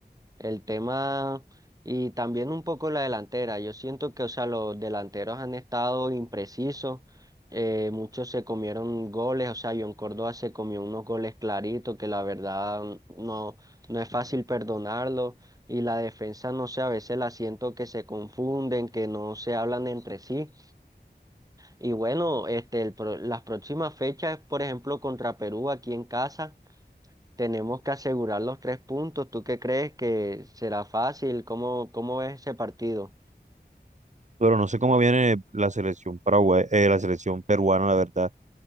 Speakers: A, on the right (about 20°); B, on the right (about 45°).
A: El tema y también un poco la delantera. Yo siento que, o sea, los delanteros han estado imprecisos. eh, muchos se comieron goles, o sea, John Córdoba se comió unos goles claritos que la verdad no, no es fácil perdonarlo. Y la defensa, no sé, a veces la siento que se confunden, que no se hablan entre sí. Y bueno, este, el pro- las próximas fechas, por ejemplo, contra Perú aquí en casa. Tenemos que asegurar los tres puntos. ¿Tú qué crees que será fácil? ¿Cómo, cómo ves ese partido?
B: pero no sé cómo viene la selección paraguay, eh, la selección peruana, la verdad.